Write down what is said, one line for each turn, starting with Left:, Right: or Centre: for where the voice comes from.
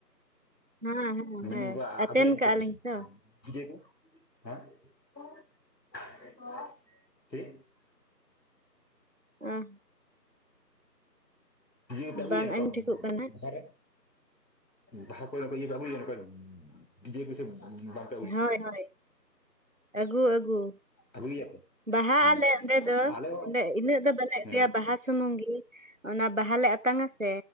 Right: ᱦᱮᱸ ᱦᱮᱸ
Left: ᱢᱮᱱᱫᱟᱹᱧ
Right: ᱦᱮᱸ ᱟᱛᱮᱱ
Left: ᱟᱹᱜᱩᱭᱮᱫ ᱱᱚᱝᱠᱟ
Right: ᱠᱟᱜᱼᱟ ᱞᱤᱧ ᱛᱚ
Left: <unintelligible>
Right: ᱚ <inaudible>
Left: <unintelligible> ᱯᱮ ᱟᱹᱜᱩᱭᱟ
Right: ᱵᱟᱝ
Left: ᱱᱚᱝᱠᱟ
Right: ᱟᱸᱡᱚᱢ ᱴᱷᱤᱠᱚᱜ ᱠᱟᱱᱟ
Left: ᱵᱟᱦᱟ ᱨᱮ ᱵᱟᱦᱟ ᱠᱚ ᱨᱮ ᱤᱭᱟ. ᱱᱟᱝᱠᱟ ᱯᱮ ᱟᱜᱩᱭᱮ ᱰᱤᱡᱮ <unintelligible>
Right: ᱦᱚᱭ ᱦᱚᱭ ᱟᱹᱜᱩ ᱟᱹᱜᱩ
Left: ᱟᱹᱜᱩᱭ ᱜᱮᱭᱟ ᱯᱮ
Right: ᱵᱟᱦᱟᱜ
Left: ᱦᱮᱸ
Right: ᱟᱞᱮ ᱚᱸᱰᱮ ᱫᱚ
Left: ᱟᱞᱮ ᱦᱚᱸ
Right: ᱚᱸᱰᱮ ᱤᱱᱟᱹᱜ ᱫᱚ ᱵᱟᱞᱮ ᱮᱱᱮᱡ-ᱟ
Left: ᱦᱮᱸ
Right: ᱵᱟᱦᱟ ᱥᱩᱢᱩᱝ ᱜᱮ ᱾ ᱚᱱᱟ ᱵᱟᱦᱟ ᱞᱮ ᱟᱛᱟᱝ ᱟᱥᱮ,